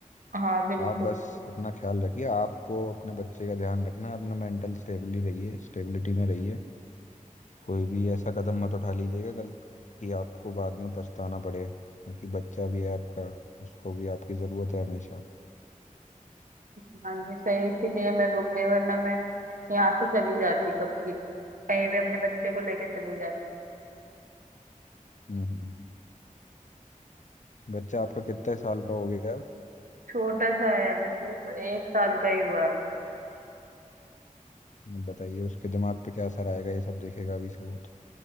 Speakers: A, on the right; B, on the left.
A: हाँ बिल्कुल
B: आप बस अपना ख्याल रखिए आपको अपने बच्चे का ध्यान रखना है, अपना मेंटल स्टेबली रहिए स्टेबिलिटी में रहिए कोई भी ऐसा कदम मत उठा लीजिएगा गल कि आपको बाद में पछताना पड़े क्योंकि बच्चा भी है आपका उसको भी आपकी ज़रूरत है हमेशा
A: हाँ जी सही इसीलिए मैं रुक गई वरना मैं यहाँ से चली जाती कभी कहीं भी अपने बच्चे को लेके चली जाती
B: हम्म बच्चा आपका कितने साल का हो गया अब?
A: छोटा सा है अभी सिर्फ एक साल का ही हुआ है
B: बताइए उसके दिमाग पे क्या असर आएगा ये सब देखेगा अभी से वो